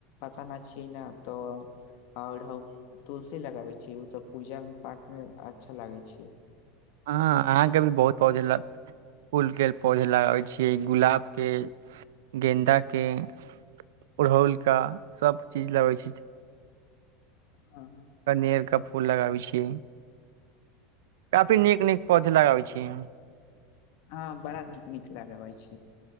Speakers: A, on the left; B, on the right.
A: पता नहि छ ने तऽ आओर तुलसी लगाबै छियै ओ तऽ पूजा पाठमे अच्छा लागै छै
B: हँ अहाँके भी बहुत पौधा फूलके पौधा लगाबय छिय गुलाबके गेन्दाके अड़हुलके सभ चीज लगैत छी
A: छै
B: पनेरके फूल लगाबै छियै काफी नीक नीक पौधे लगाबै छियै हम
A: हँ बड़ा नीक नीक लागबै छी